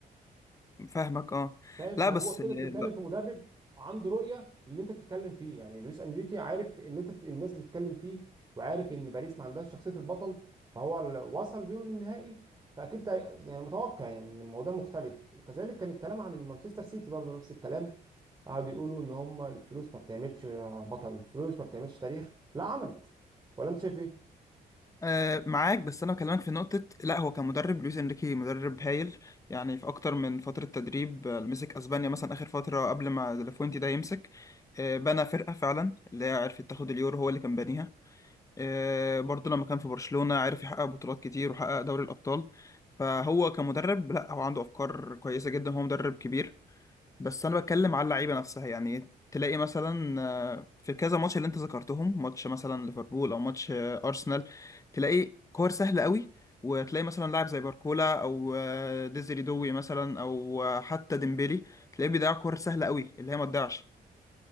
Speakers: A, on the left; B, on the right.
A: فاهمك اه
B: فاهم فهو
A: لا بس
B: كده
A: لا.
B: بتتكلم في مدرب عنده رؤيه للي انت بتتكلم فيه يعني لويس انريكي عارف اللي انت بت... الناس بتتكلم فيه وعارف ان باريس ما عندهاش شخصيه البطل فهو ال- وصل بيهم للنهائي فاكيد ده يعني متوقع يعني ان الموضوع مختلف وكذلك كان الكلام عن المانشستر سيتي برضو نفس الكلام قعدوا يقولوا ان هم الفلوس ما بتعملش بطل الفلوس ما بتعملش تاريخ لا عملت ولا انت شايف ايه
A: آه معاك بس انا بكلمك في نقطة لا هو كمدرب لويس انريكي مدرب هايل يعني في اكتر من فترة تدريب آه، مسك اسبانيا مثلا اخر فترة قبل ما ديلافوينتي ده يمسك آه بنى فرقة فعلا اللي هي عرفت تاخد اليورو هو اللي كان بانيها آه، برضه لما كان في برشلونة عرف يحقق بطولات كتير وحقق دوري الأبطال فهو كمدرب لا هو عنده أفكار كويسة جدا هو مدرب كبير بس أنا بتكلم على اللعيبة نفسها يعني تلاقي مثلا آه، في كذا ماتش اللي أنت ذكرتهم ماتش مثلا ليفربول أو ماتش آه، أرسنال تلاقي كور سهلة قوي وتلاقي مثلا لاعب زي باركولا أو آه، ديزري دوي مثلا أو آه، حتى ديمبيلي تلاقيه بيضيع كور سهلة قوي اللي هي ما تضيعش